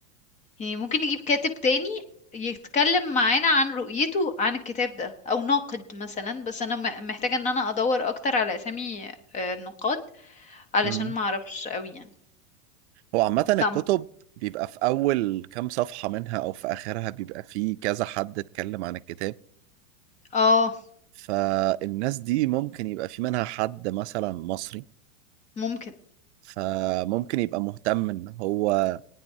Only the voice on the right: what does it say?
مم.
هو عامه الكتب
بيبقى في اول كام صفحه منها او في اخرها بيبقى فيه كذا حد اتكلم عن الكتاب
فالناس دي ممكن يبقى في منها حد مثلا مصري
فممكن يبقى مهتم ان هو